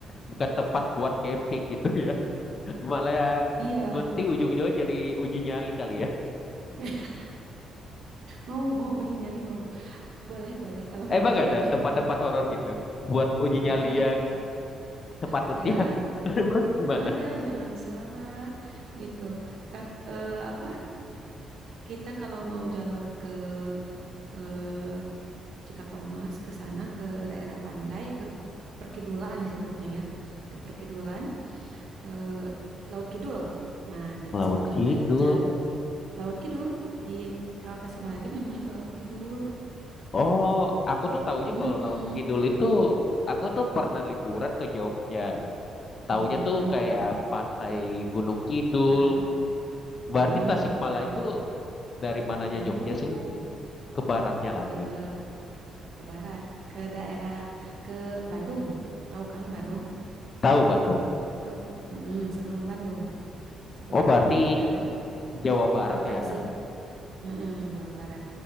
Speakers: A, on the left; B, on the right.
A: bukan tempat buat camping gitu ya. <laughs> Malah
B: Iya,
A: nanti ujung-ujungnya jadi uji nyali kali ya.
B: <laughs> mau mau uji nyali mau. Boleh boleh kalau mau
A: Emang
B: uji
A: gak
B: nyali.
A: ada tempat-tempat horor gitu buat uji nyali
B: Ada,
A: yang sepatutnya?
B: ada,
A: <laughs> Emang gimana?
B: ada. Jangan salah gitu. Tap, eh, apa? Kita kalau mau jalur ke eh, Cikatomas ke sana ke daerah pantai ke gu- Perkidulan disebutnya ya. Ke Perkidulan eh, Laut Kidul. Nah, jadi
A: Laut
B: disebutnya
A: Kidul.
B: jalur Laut Kidul. Iya, kalau Tasikmalaya itu nyambungnya ke Laut Kidul.
A: Oh, aku tuh taunya
B: Mm-mm,
A: kalau Laut Kidul itu aku tuh pernah liburan ke Jogja. Taunya
B: mm-mm.
A: tuh kayak pantai Gunung Kidul.
B: Parang,
A: Berarti
B: mm-mm,
A: Tasikmalaya
B: Parang
A: itu dari mananya
B: nyambung
A: Jogja sih? Ke baratnya lagi.
B: eh, ke, ke barat, ke daerah, ke Bandung. Tahu kan Bandung?
A: Tahu Bantung.
B: Tahu? Mm-mm, Sebelum Bandung, sebelum
A: Oh, berarti
B: Bandung itu Garut,
A: Jawa Barat
B: baru Tasik,
A: ya.
B: Mm-mm, Jawa Barat.